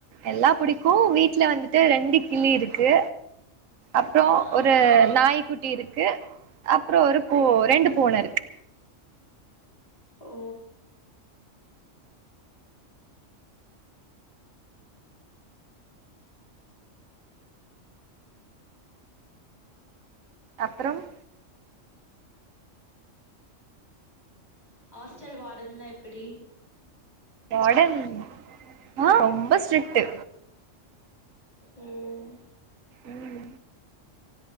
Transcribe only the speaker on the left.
ஆ.
ஓ!
ஹாஸ்ட்டல் வாடன்லா எப்பிடி?
ம்